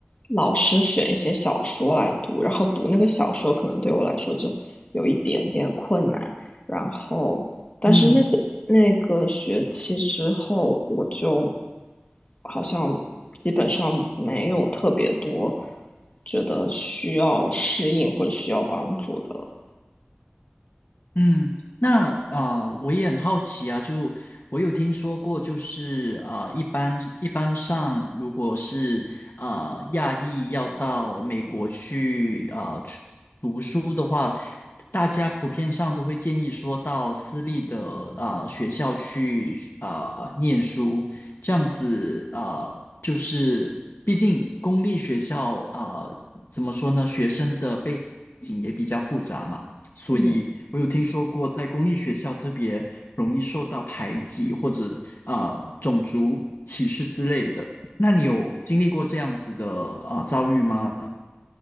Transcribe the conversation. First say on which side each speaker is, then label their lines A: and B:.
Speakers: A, on the left (about 35°); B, on the left (about 60°).
A: 老师选一些小说来读，然后读那个小说可能对我来说就有一点点困难，然后，但是那个那个学期之后，
B: 嗯
A: 我就好像基本上没有特别多觉得需要适应或者需要帮助的了。
B: 嗯，那呃，我也很好奇啊，就我有听说过，就是呃，一般一般上，如果是呃亚裔要到美国去呃去读书的话，大家普遍上都会建议说到私立的呃学校去呃念书，这样子呃就是毕竟公立学校呃怎么说呢，学生的背景也比较复杂嘛。所以我有听说过，
A: 嗯，
B: 在公立学校特别容易受到排挤或者啊种族歧视之类的。那你有经历过这样子的啊呃遭遇吗？